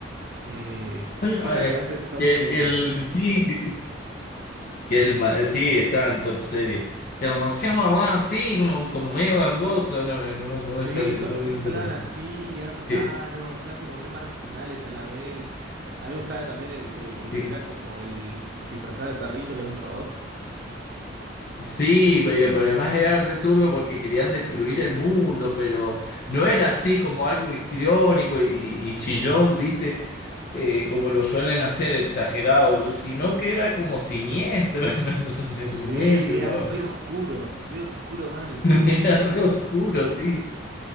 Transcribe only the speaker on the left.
Oye,
eh,
que,
que el, sí, que, que el, ma- sí, está en top serie. Que el marciano hablaba así, como, como medio gangoso. No, no, me no
me sale
todo
bien,
pero.
eh,
sí.
Sí, pero, pero además era returbio porque querían destruir el mundo, pero no era así como algo histriónico y, y chillón, ¿viste? Eh, como lo suelen hacer, exagerado, sino que era como siniestro <laughs> en el argumento
y
lo
<laughs> era re oscuro, sí.